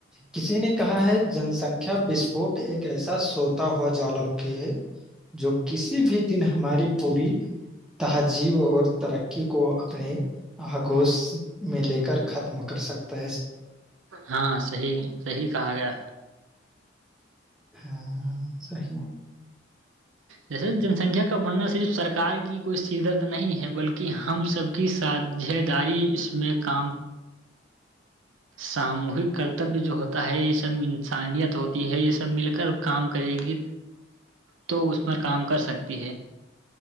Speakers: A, in the centre; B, on the right (about 85°).
A: کسی نے کہا ہے جنسنکھیا بیس فوٹ ایک کیسا سوتا ہوا جاللم کی ہے جو کسی بھی دن ہماری پوری تہذیب اور ترقی کو اپنے آگوش میں لے کر ختم کر سکتے
B: ہاں صی صحی کہا گیا
A: ہاں صح
B: جیسے جن سنکھیا کا بڑھنا صرف سرک کی کوئی س درد نہیں ہے بلکہ ہم سب کی ساھے داری اس میں کام ساموہک کرتے تب بھی جو ہوتا ہے یہ سب انیت ہوتی ہے یہ سب مل کر کام کرے گی تو اس پر کام کر کر سکتی ہے